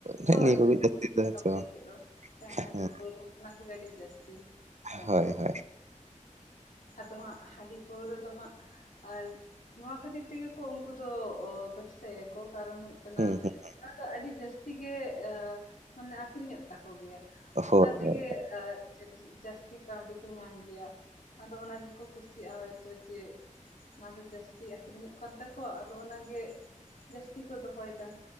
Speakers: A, on the right; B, on the left.
A: ᱱᱮᱜ
B: ᱦᱳᱭ
A: ᱱᱤᱭᱟᱹ ᱠᱚᱜᱮ
B: ᱦᱳᱭ
A: ᱡᱟᱹᱥᱛᱤ ᱫᱚ
B: ᱚᱱᱠᱟᱢ
A: ᱦᱮᱸ ᱥᱮ
B: ᱞᱟᱹᱭ
A: ᱵᱟᱝ
B: ᱠᱮᱫ ᱫᱚ ᱦᱟᱺᱰᱤ
A: ᱦᱮᱸ
B: ᱯᱳᱣᱨᱟᱹ ᱚᱱᱟ ᱠᱚ ᱜᱮ ᱟᱹᱰᱤ ᱡᱟᱹᱥᱛᱤ ᱧᱮᱞᱚᱜ
A: ᱦᱳᱭ
B: ᱠᱟᱱᱟ᱾
A: ᱦᱳᱭ
B: ᱟᱫᱚ ᱦᱟᱸᱜ ᱦᱟᱺᱰᱤ ᱯᱟᱹᱣᱨᱟᱹ ᱫᱚ ᱦᱟᱸᱜ ᱟᱨ ᱱᱚᱣᱟ ᱠᱷᱟᱹᱛᱤᱨ ᱛᱮᱜᱮ ᱠᱚ ᱩᱱᱠᱩ ᱫᱚ ᱵᱮᱵᱥᱟᱭᱮᱜᱼᱟ ᱠᱚ ᱠᱟᱨᱚᱱ ᱦᱳᱭᱳᱜ ᱚᱱᱟ
A: ᱦᱩᱸ ᱦᱩᱸ
B: ᱟᱫᱚ ᱟᱹᱰᱤ ᱡᱟᱹᱥᱛᱤ ᱜᱮ ᱢᱟᱱᱮ ᱟᱹᱠᱷᱨᱤᱧᱚᱜ ᱛᱟᱠᱚ ᱜᱮᱭᱟ
A: ᱦᱳᱭ
B: ᱚᱱᱟ ᱛᱮᱜᱮ
A: ᱦᱳᱭ
B: ᱟᱸ ᱡᱟᱹᱥᱛᱤ ᱠᱟᱹᱣᱰᱤ ᱠᱚ ᱧᱟᱢ ᱜᱮᱭᱟ ᱟᱫᱚ ᱚᱱᱟ ᱜᱮᱠᱚ ᱠᱩᱥᱤᱭᱟᱜᱼᱟ ᱦᱚᱭᱛᱳ ᱡᱮ ᱚᱱᱟ ᱫᱚ ᱡᱟᱹᱥᱛᱤ ᱟᱹᱠᱷᱨᱤᱧᱚᱜ ᱠᱟᱱ ᱛᱟᱠᱚ ᱟᱫᱚ ᱚᱱᱟᱜᱮ ᱡᱟᱹᱥᱛᱤ ᱠᱚ ᱫᱚᱦᱚᱭ ᱫᱟ᱾